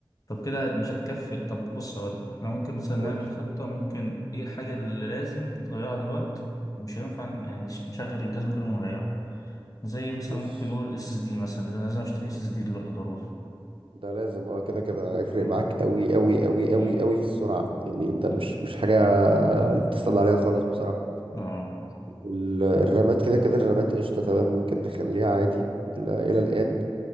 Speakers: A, on the left; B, on the right.
A: طب كده مش هتكفي طب بص هقولك احنا ممكن مثلا
B: قول
A: نعمل خطة ممكن ايه الحاجة اللي لازم نغيرها دلوقتي ومش هينفع ن- يعني مش- نشغل الجهاز من غير ما نغيرها زي مثلا
B: بص
A: ممكن نقول اس اس دي مثلا لازم اشتري اس اس دي دلوقتي ضروري
B: ده لازم اه كده كده هيفرق
A: مم.
B: معاك قوي قوي قوي
A: مم.
B: قوي قوي في السرعة يعني ده
A: مم.
B: مش مش حاجة تستنى عليها خالص بصراحة
A: اه
B: ال- الرامات كده كده الرامات قشطة تمام ممكن نخليها عادي إلى إلى الآن